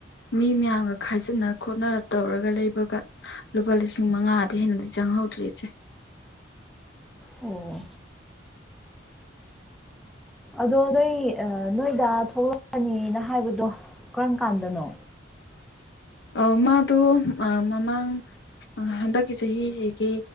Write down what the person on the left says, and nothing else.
ꯃꯤ ꯃꯌꯥꯝꯒ ꯈꯥꯏꯖꯤꯟꯅ ꯈꯣꯠꯅꯔ ꯇꯧꯔꯒ ꯂꯩꯕꯒ ꯂꯨꯄꯥ ꯂꯤꯁꯤꯡ ꯃꯉꯥꯗꯩ ꯍꯦꯟꯅꯗꯤ ꯆꯪꯍꯧꯗ꯭ꯔꯦ ꯏꯆꯦ꯫
ꯑ ꯃꯥꯗꯣ ꯑ ꯃꯃꯥꯡ ꯑ ꯍꯟꯗꯛꯀꯤ ꯆꯍꯤꯁꯤꯒꯤ